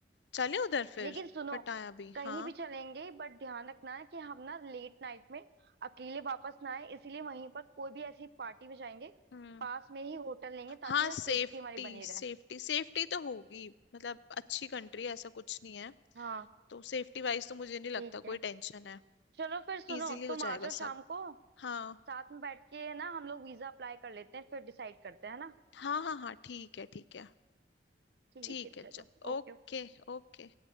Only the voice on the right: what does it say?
लेकिन सुनो
कहीं
भी चलेंगे बट ध्यान रखना है कि हम ना लेट नाइट में अकेले वापस ना आए इसीलिए वहीं पर कोई भी ऐसी पार्टी में जाएंगे
पास में ही होटल लेंगे ताकि
ना
सेफ्टी हमारी बनी
रहे
हाँ
ठीक है
चलो फिर सुनो
तुम आ
जाओ शाम
को
साथ में बैठ के ना हम लोग वीजा अप्लाई कर लेते हैं फिर डिसाइड करते हैं है ना
ठीक
है
चलो
ओके
ओके